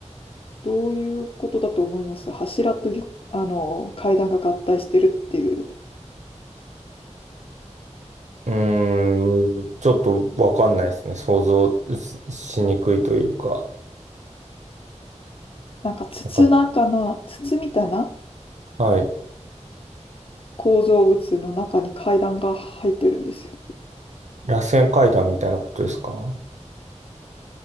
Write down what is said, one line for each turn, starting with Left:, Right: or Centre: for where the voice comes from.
Left: どういうことだと思います柱とよあの階段が合体してるっていう、
Right: うーん、ちょっとわかんないですね。想像ししにくいというか、
Left: なんか筒中な、
Right: なんか、
Left: 筒みたいな
Right: はい、
Left: 構造物の中に階段が入ってるんですよ。
Right: 螺旋階段みたいなことですか